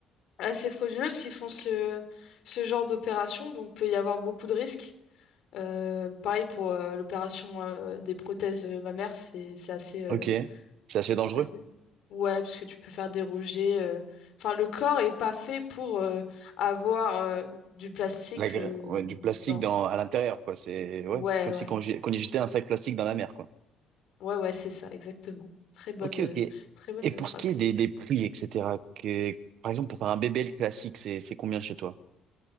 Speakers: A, on the left (about 60°); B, on the right (about 60°).
A: assez frauduleuses qui font ce, ce genre d'opération, donc peut y avoir beaucoup de risques. Euh, pareil pour euh, l'opération euh, des prothèses euh, mammaires, c'est c'est assez, euh,
B: Ok. C'est assez dangereux.
A: assez... Ouais, parce que tu peux faire déroger. euh, Enfin, le corps est pas fait pour euh, avoir euh, du plastique
B: La gra-
A: euh,
B: ouais, du plastique
A: dans...
B: dans, à l'intérieur, quoi. C'est ouais,
A: Ouais,
B: c'est comme
A: ouais.
B: si qu'on jet- qu'on y jetait un sac plastique dans la mer, quoi.
A: Ouais, ouais, c'est ça, exactement. Très bonne,
B: Ok,
A: euh,
B: ok.
A: très bonne
B: Et pour
A: phrase.
B: ce qui est des, des prix, etc., que, par exemple, pour faire un BBL classique, c'est c'est combien chez toi?